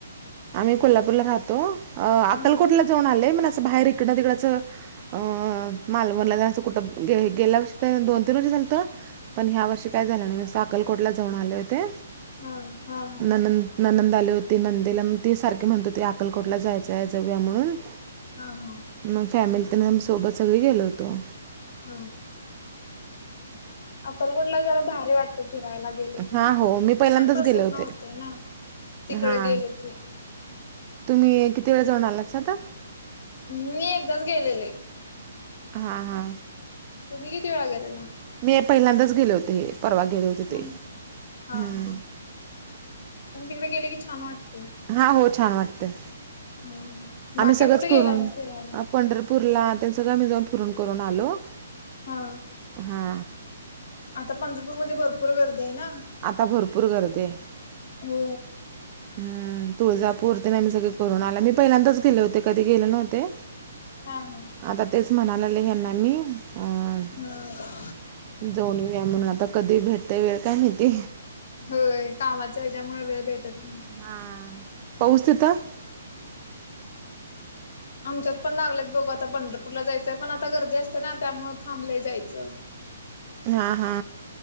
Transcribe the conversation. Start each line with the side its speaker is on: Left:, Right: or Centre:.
Right: आम्ही कोल्हापूरला राहतो अ अक्कलकोटला
Left: हा
Right: जाऊन आले पण असं बाहेर इकडनं तिकडच अं मालवनला असं कुठं गेल्या वर् दोन तीन वर्षी झालतं पण ह्या वर्षी काय झालं नाही नुसतं अक्कलकोटलाच जाऊन आले होते
Left: हा हा हा
Right: नणंद नणंद आली होती नंदेला ती सारखी म्हणत होती अक्कलकोटला जायचं हाय जाऊया म्हणून
Left: हा हा
Right: मग फॅमिली तेन आम्ही सोबत सगळी गेलो होतो
Left: ह अक्कलकोटला जरा भारी वाटतंय फिरायला गेलं की
Right: हां हो मी पहिल्यांदाच
Left: मनप्रसन्न
Right: गेले होते
Left: होतंय ना तिकड
Right: हां
Left: गेलं की
Right: तुम्ही किती वेळा जाऊन आलासा आता
Left: मी एकदाच गेलेले
Right: हा हा
Left: तुम्ही किती वेळा गेलेला
Right: मी पहिल्यांदाच गेले होते हे परवा गेले होते
Left: हम्
Right: ते
Left: हा
Right: हम्म
Left: हा पण तिकडं गेलं की छान वाटतंय
Right: हा हो छान वाटतंय
Left: हम
Right: आम्ही
Left: बाकी
Right: सगळंच
Left: कुठे
Right: करून
Left: गेलाय मग फिरायला
Right: पंढरपूरला तेन सगळं मी जाऊन फिरून करून आलो
Left: हा
Right: हा
Left: आता पंढरपूरमध्ये भरपूर गर्दी आहे ना
Right: आता भरपूर गर्दी आहे
Left: हो
Right: हम्म तुळजापूर तेन आम्ही सगळे करून आलं मी पहिल्यांदाच गेले होते कधी गेले नव्हते
Left: हा हा
Right: आता तेच म्हणालेले ना हेना मी अ
Left: हा ह
Right: जाऊन येऊया म्हणून, आता कधी भेटतय वेळ काय माहिती
Left: होय कामाच्या हच्यामुळे वेळ भेटत नाही
Right: हा पाऊस तिथं
Left: आमच्यात पण लागलेत बघू आता पंढरपूरला जायचंय पण आता गर्दी असतें ना त्यामुळं थांबलंय जायचं
Right: हा हा